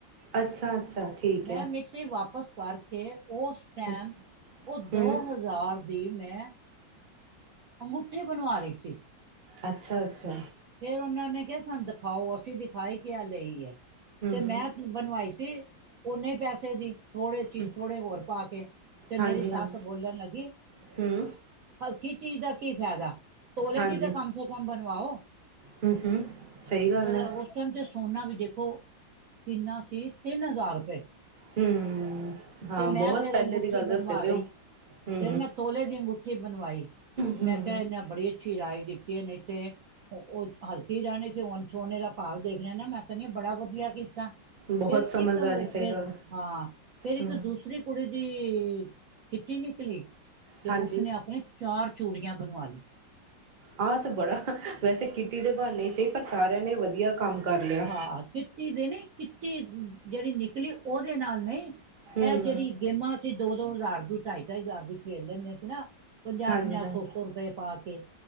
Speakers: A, on the right; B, on the right.
A: ਅੱਛਾ ਅੱਛਾ ਠੀਕ
B: ਮੈਂ
A: ਹੈ
B: ਮਿਕਸੀ ਵਾਪਿਸ ਕਰਕੇ ਓਸ ਟਾਈਮ
A: ਹੂੰ
B: ਓ
A: ਹੂੰ,
B: ਦੋ ਹਜ਼ਾਰ ਦੀ ਮੈਂ ਅੰਗੂਠੀ ਬਣਵਾ ਲਈ ਸੀ।
A: ਅੱਛਾ-ਅੱਛਾ
B: ਫੇਰ ਉਹਨਾਂ ਨੇ ਕਿਹਾ ਸਾਨੂੰ ਦਿਖਾਓ ਅਸੀਂ ਦਿਖਾਾਈ ਕਿ ਆ ਲਈ ਐ ਤੇ
A: ਹੂੰ
B: ਮੈਂ ਬਣਵਾਈ ਸੀ ਓਨੇ ਪੈਸੇ ਦੀ ਥੋੜੇ ਚੀਜ਼
A: ਹੂੰ,
B: ਥੋੜੇ ਹੋਰ ਪਾ ਕੇ ਤੇ
A: ਹਾਂਜੀ
B: ਮੇਰੀ ਸੱਸ
A: ਹਾਂ
B: ਬੋਲਣ ਲੱਗੀ
A: ਹੂੰ
B: ਹਲਕੀ ਚੀਜ਼ ਦਾ ਕੀ ਫੈਦਾ ਤੋਲੇ
A: ਹਾਂਜੀ
B: ਦੀ ਤਾਂ ਕਮ ਸ ਕਮ ਬਣਵਾਓ।
A: ਹੂੰ ਹੂੰ ਸਹੀ ਗਲ
B: ਫੇਰ
A: ਐ
B: ਉਸ ਟਾਈਮ ਤੇ ਸੋਨਾ ਵੀ ਦੇਖੋ ਕਿੰਨਾ ਸੀ ਤਿੰਨ ਹਜ਼ਾਰ ਰੁਪਏ।
A: ਹੂੰ ਹਾਂ
B: ਤੇ ਮੈਂ
A: ਬਹੁਤ
B: ਫੇਰ
A: ਪਹਿਲੇ
B: ਅੰਗੂਠੀ
A: ਦੀ ਗੱਲ
B: ਬਣਵਾ
A: ਦੱਸਦੇ ਪਏ
B: ਲਈ
A: ਹੋ ਹੂੰ
B: ਫੇਰ ਮੈਂ ਤੋਲੇ ਦੀ ਅੰਗੂਠੀ ਬਣਵਾਈ
A: ਹੂੰ,
B: ਮੈਂ ਕਿਹਾ ਇਹਨਾਂ ਬੜੀ ਅੱਛੀ ਦੀ ਰਾਏ ਦਿੱਤੀ ਨਈ ਤੇ ਓ ਓ ਹਲਕੀ ਰਹਿਣੀ ਸੀ ਹੁਣ ਸੋਨੇ ਦਾ ਭਾਵ ਦੇਖਲਿਆ ਨਾ ਮੈਂ ਕਹਿੰਨੀ ਆ ਬੜਾ ਵਧੀਆ ਕੀਤਾ।
A: ਬਹੁਤ
B: ਫਿਰ
A: ਸਮਝਦਾਰੀ
B: ਇੱਕ
A: ਸਹੀ
B: ਫਿਰ
A: ਗੱਲ
B: ਹਾਂ ਫਿਰ ਇੱਕ
A: ਹੂੰ
B: ਦੂਸਰੀ ਕੁੜੀ ਦੀ ਕਿਟੀ ਨਿਕਲੀ। ਤੇ
A: ਹਾਂਜੀ
B: ਉਸਨੇ ਆਪਣੇ ਚਾਰ ਚੂੜੀਆਂ ਬਣਵਾ ਲਈ
A: ਆਹ ਤੇ ਬੜਾ ਵੈਸੇ ਕੀਟਿ ਦੇ ਬਹਾਨੇ ਸਹੀ ਪਰ ਸਾਰਿਆਂ ਨੇ ਵਧੀਆ ਕੰਮ ਕਰ ਲਿਆ
B: ਹਾਂ ਕਿਟੀ ਦੇ ਨੇ ਕਿਟੀ ਜਿਹੜੀ ਨਿਕਲੀ ਉਹਦੇ ਨਾਲ ਨਈ
A: ਹੂੰ,
B: ਐ ਜਿਹੜੀ ਗੇਮਾਂ ਅਸੀ ਦੋ-ਦੋ ਹਜ਼ਾਰ ਦੀ ਢਾਈ ਹਜ਼ਾਰ ਦੀ ਖੇਲ ਲੈਂਦੇ ਸੀ ਨਾ ਪੰਜਾਹ
A: ਹਾਂਜੀ
B: ਪੰਜਾਹ
A: ਹਾਂਜੀ,
B: ਸੋ ਸੌ ਰੁਪਏ ਪਾ ਕੇ